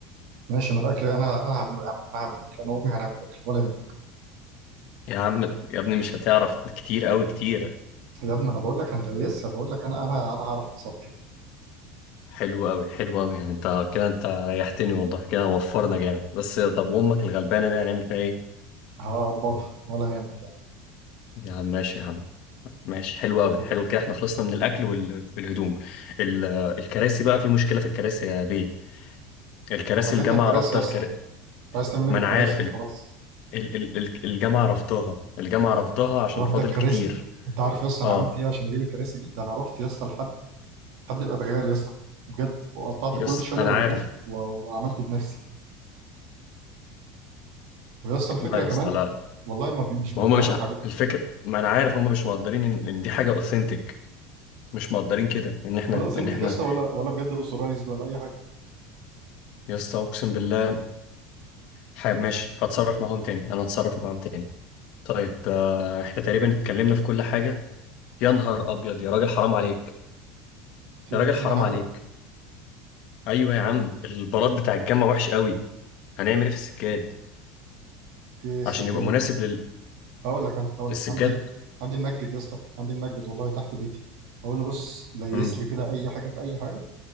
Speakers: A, on the right; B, on the left.
A: ماشي ما الاكل انا انا هعمله يا عم انا هعمل اكل انا وامي هنعمل اكل ولا يهمك
B: يا عم يا ابني مش هتعرف كتير أوي كتير
A: يا ابني انا بقول لك هنديسها بقول لك انا انا انا هعرف اتصرف
B: حلو أوي حلو أوي يعني أنت كده أنت ريحتني والله كده وفرنا جامد بس طب وأمك الغلبانة دي هنعمل فيها إيه؟
A: هظبطها ولا يهمك يا عم
B: يا عم ماشي يا عم ماشي حلو أوي
A: طب
B: حلو كده إحنا خلصنا من الأكل وال- والهدوم ال- الكراسي بقى في مشكلة في الكراسي يا بيه الكراسي
A: احنا بيدنا
B: الجامعة
A: الكراسي
B: رافضة
A: اصلا
B: الكر...
A: انت عايز تعمل ايه
B: ما
A: بالكراسي
B: أنا عارف
A: ما
B: ال...
A: خلاص
B: ال... ال... ال- الجامعة رافضاها الجامعة رافضاها عشان
A: رافضه
B: فاضل
A: الكراسي
B: كتير
A: انت عارف يا اسطى انا
B: أه
A: عملت ايه عشان اجيب الكراسي دي ده انا رحت يا اسطى لحد حد الادغال يا اسطى بجد وقطعت
B: يس
A: كل الشجر
B: انا
A: اللي
B: عارف
A: هناك و- وعملته بنفسي ويا اسطى الفكره
B: لا يا
A: كمان
B: اسطى لا لا.
A: والله ما بي مش بيقدروا
B: ما هم مش ع...
A: الحاجات دي
B: الفكر ما انا عارف هم مش مقدرين ان, إن دي حاجه اوثنتيك مش مقدرين كده ان احنا
A: ولا اوثنتيك
B: ان احنا
A: يا اسطى ولا ولا بجد اوثورايزد ولا اي حاجه
B: يا اسطى اقسم بالله ح... ماشي هتصرف معاهم تاني انا هتصرف معاهم تاني طيب آه، احنا تقريبا اتكلمنا في كل حاجه يا نهار ابيض يا راجل حرام عليك
A: تنسينا
B: يا راجل حرام
A: حاجه
B: عليك
A: ولا
B: ايوه يا عم البلاط بتاع الجامعه وحش قوي هنعمل ايه في السجاد
A: ايه السجاده
B: عشان يبقى مناسب
A: هقول لك انا هقول
B: للسجاد
A: لك عندي عندي منجد يا اسطى عندي منجد والله تحت بيتي هقول له بص ليس
B: امم
A: لي كده اي حاجه في اي حاجه